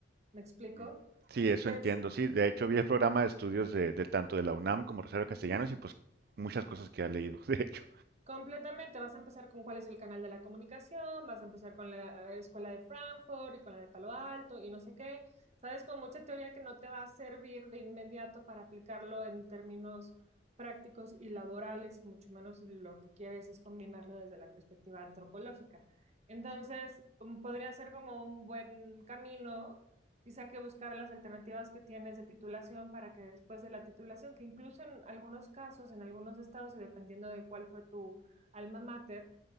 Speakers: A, on the right; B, on the right.
A: ¿Me explico?
B: Mm. Sí, eso
A: Es
B: entiendo. Sí, de hecho vi el programa de estudios de, de tanto de la UNAM como Rosario Castellanos y pues muchas cosas que ha leído, <laughs> de hecho.
A: Completamente, vas a empezar con cuál es el canal de la comunicación, vas a empezar con la eh, escuela de Frankfurt y con la de Palo Alto y no sé qué, sabes, con mucha teoría que no te va a servir de inmediato para aplicarlo en términos prácticos y laborales, mucho menos si lo que quieres es combinarlo desde la perspectiva antropológica. Entonces, mm, podría ser como un buen camino Quizá que buscar las alternativas que tienes de titulación para que después de la titulación, que incluso en algunos casos, en algunos estados, y dependiendo de cuál fue tu alma mater,